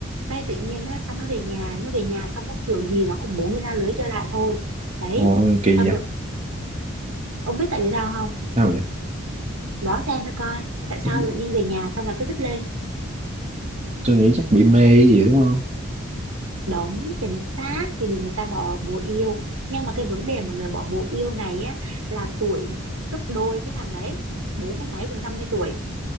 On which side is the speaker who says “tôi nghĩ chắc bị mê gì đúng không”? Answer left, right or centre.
Right